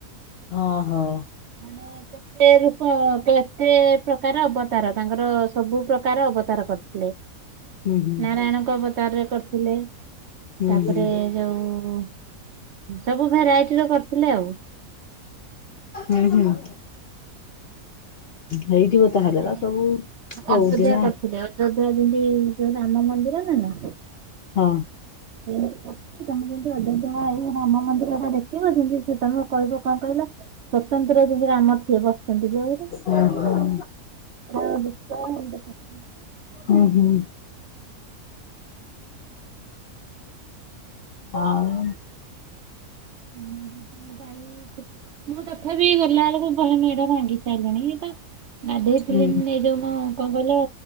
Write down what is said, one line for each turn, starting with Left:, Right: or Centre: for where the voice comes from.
Left: ହଁ ହଁ।
Right: ମାନେ କେତେ ରୂପ, କେତେ ପ୍ରକାର ଅବତାର ତାଙ୍କର ସବୁ ପ୍ରକାର ପ୍ରକାର ଅବତାର କରିଥିଲେ।
Left: ହୁଁ ହୁଁ
Right: ନାରାୟଣଙ୍କ ଅବତାରରେ କରିଥିଲେ।
Left: ହୁଁ
Right: ତାପରେ ଯୋଉ ସବୁ ଭେରାଇଟିର କରିଥିଲେ ଆଉ।
Left: ହୁଁ ହୁଁ। ହେଇଥିବ
Right: ମାନେ
Left: ତାହେଲେ ବା ସବୁ ହଉଛି
Right: ଅଯୋଧ୍ୟା
Left: ନା
Right: କରିଥିଲେ ଅ ଅଯୋଧ୍ୟା ଯେମିତି ଯୋଉ ରାମ ମନ୍ଦିର ନା ନା
Left: ହଁ।
Right: ମେ ଯେମିତି ଅଯୋଧ୍ୟା ଆଇ ରାମ ମନ୍ଦିର ଦେଖିବ ଯେମିତି, ସେ ତମେ କହିବ କଣ କହିଲ? ସ୍ୱତନ୍ତ୍ର ଯେମିତି ରାମ ଟିଏ ବସିଛନ୍ତି <unintelligible>
Left: ଓ ହଁ।
Right: <unintelligible>
Left: ହୁଁ ହୁଁ। ହଁ।
Right: ଉଁ ହୁଁ ଦାଇ ମୁଁ ତଥାପି ଗଲାବେେଳକୁ ବହେ ଭୋଗ ବାଣ୍ଟି ସାଇଲେଣି ଇଏ ତ ଗାଧେଇଥିଲି
Left: ହୁଁ।
Right: ଏଇ ଯୋଉ ମ କଣ କହିଲ